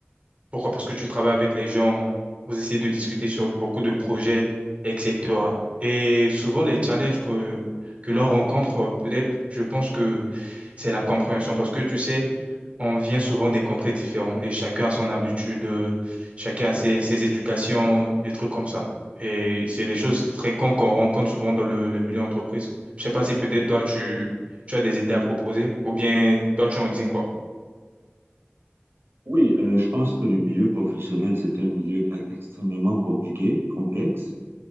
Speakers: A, on the right (about 35°); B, on the right (about 75°).
A: Pourquoi? Parce que tu travailles avec les gens, vous essayez de discuter sur beaucoup de projets, etc. Et souvent, les challenges que, que l'on rencontre, peut-être, je pense que c'est la compréhension. Parce que tu sais, on vient souvent des contrées différentes et chacun a son habitude, euh, chacun a ses, ses éducations, des trucs comme ça. Et c'est des choses fréquentes qu'on rencontre souvent dans le, le milieu entreprise. Je sais pas si peut-être toi, tu, tu as des idées à proposer ou bien toi, tu en dis quoi?
B: oui, euh, je pense que le milieu professionnel, c'est un milieu e- extrêmement compliqué, complexe,